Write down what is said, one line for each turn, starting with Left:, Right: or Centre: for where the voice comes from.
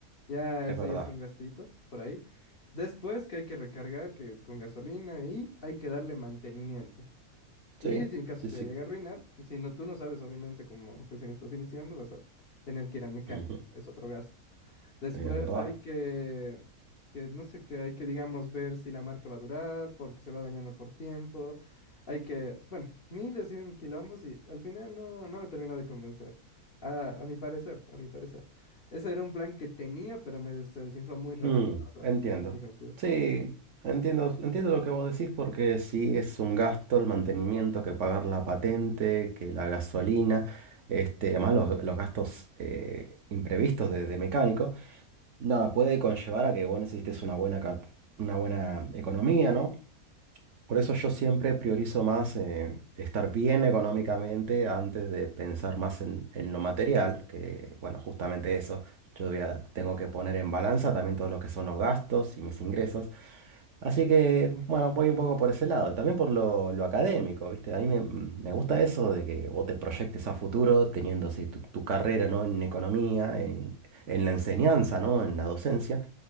Left: Ya
Right: Es
Left: ese
Right: verdad.
Left: ya es un gastito por ahí. Después que hay que recargar que con gasolina y hay que darle mantenimiento.
Right: Sí,
Left: Y si en caso
Right: sí,
Left: se
Right: sí,
Left: llega a arruinar, si no, tú no sabes, obviamente, como recién estás iniciando, vas a tener que ir al mecánico.
Right: ujú,
Left: Es otro gasto. Después
Right: Es verdad.
Left: hay que, que no sé qué, hay que, digamos, ver si la marca va a durar, porque se va dañando por tiempo. Hay que, bueno, miles y un quilombos y al final no, no me terminó de convencer. A, a mi parecer, a mi parecer. Ese era un plan que tenía, pero me des- se desinfló muy rápido,
Right: Mm,
Left: la verdad.
Right: entiendo.
Left: Muy rápido.
Right: Sí, entiendo, entiendo lo que vos decís porque sí es un gasto el mantenimiento, que pagar la patente, que la gasolina, este, además los, los gastos eh, imprevistos de, de mecánico. Nada, puede conllevar a que vos necesites una buena, ca- una buena economía, ¿no? Por eso yo siempre priorizo más eh, estar bien económicamente antes de pensar más en, en lo material, que bueno, justamente eso, yo voy a- tengo que poner en balanza también todo lo que son los gastos y mis ingresos. Así que bueno, voy un poco por ese lado y también por lo, lo académico, ¿viste? A mí me, me gusta eso de que vos te proyectes a futuro teniendo así tu, tu carrera, ¿no? En economía, en, en la enseñanza, ¿no? En la docencia.